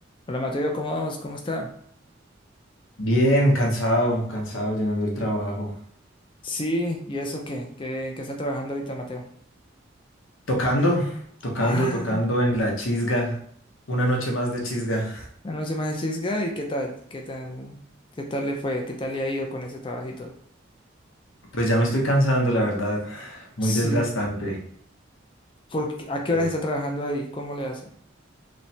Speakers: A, on the left; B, on the left.
A: Hola Mateo, ¿cómo vamos? ¿Cómo está?
B: Bien, cansado, cansado llegando del trabajo.
A: Sí, ¿y eso qué? ¿Qué, en qué está trabajando ahorita Mateo?
B: Tocando, tocando,
A: Ah,
B: tocando en la chisga. Una noche más de chisga.
A: la noche más de chisga, ¿y qué tal? ¿Qué tal? ¿Qué tal le fue? ¿Qué tal le ha ido con ese trabajito?
B: Pues ya me estoy cansando, la verdad. Muy
A: Sí,
B: desgastante.
A: ¿por qué- ¿a qué
B: Sí.
A: horas está trabajando ahí? ¿Cómo le hace?